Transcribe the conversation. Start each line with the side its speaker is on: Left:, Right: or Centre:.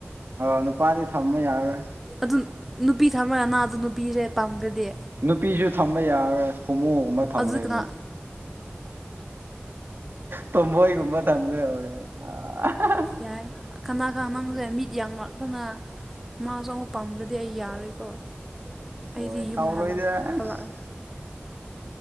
Right: ꯑ ꯅꯨꯄꯥꯗꯤ ꯊꯝꯃ ꯌꯥꯔꯣꯏ꯫
Centre: ꯑꯗꯨ ꯅꯨꯄꯤ ꯊꯥꯃ ꯑ-ꯅꯥꯗꯣ ꯅꯨꯄꯤꯔꯦ ꯄꯥꯝꯈꯔꯥꯗꯤ?
Right: ꯅꯨꯄꯤꯁꯨ ꯊꯝꯕ ꯌꯥꯔꯣꯏ ꯍꯣꯃꯣꯒꯨꯝꯕ ꯊꯝꯗꯣꯏꯅꯤ꯫
Centre: ꯑꯗꯨ ꯀꯅꯥ
Right: ꯇꯣꯝꯕꯣꯏ ꯀꯨꯝꯕ ꯊꯝꯈ꯭ꯔꯦ <unintelligible>
Centre: ꯌꯥꯏ ꯀꯅꯥ-ꯀꯅꯥ ꯅꯪꯁꯦ ꯃꯤꯠ ꯌꯥꯡꯂꯛꯇꯅ? ꯃꯥꯁꯨ ꯑꯃꯨꯛ ꯄꯥꯝꯈ꯭ꯔꯗꯤ ꯑꯩ ꯌꯥꯔꯣꯏꯀꯣ
Right: ꯍꯣꯏ
Centre: ꯑꯩꯗꯤ ꯌꯨꯝꯗ
Right: ꯇꯧꯔꯣꯏꯗ
Centre: ꯍꯂꯛ-ꯍꯂꯛꯑꯦ꯫
Right: ꯑꯁ